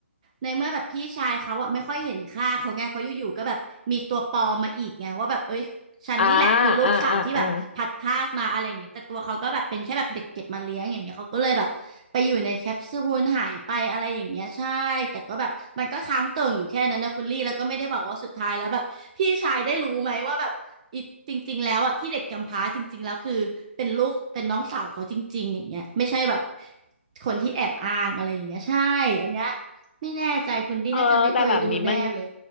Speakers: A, on the right (about 30°); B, on the left (about 55°).
A: ในเมื่อแบบพี่ชายเขาอ่ะไม่ค่อยเห็นค่าเขาไงเพราะอยู่ๆก็แบบมีตัวปลอมมาอีกไงว่าแบบเอ้ย ฉันนี่แหละคือลูกสาวที่แบบพัดพรากมาอะไรอย่างเงี้ยแต่ตัวเขาก็แบบเป็นแค่แบบเด็กเก็บมาเลี้ยงอย่างเงี้ยเขาก็เลยแบบไปอยู่ในแคปซูลหายไปอะไรอย่างเงี้ยใช่แต่ก็แบบมันก็ค้างเติ่งอยู่แค่นั้นนะคุณลี่แล้วก็ไม่ได้บอกว่าสุดท้ายแล้วแบบพี่ชายได้รู้ไหมว่าแบบอีจริงๆแล้วอะที่เด็กกำพร้าจริงๆแล้วคือเป็นลูกเป็นน้องสาวเขาจริงๆอย่างเงี้ยไม่ใช่แบบ
B: อ่าอ่าอ่าอ่า
A: คนที่แอบอ้างอะไรอย่างเงี้ยใช่อันเนี้ยไม่แน่ใจคุณลี่น่าจะไม่เคยดูแน่เลย
B: เออแต่แบบนี้มัน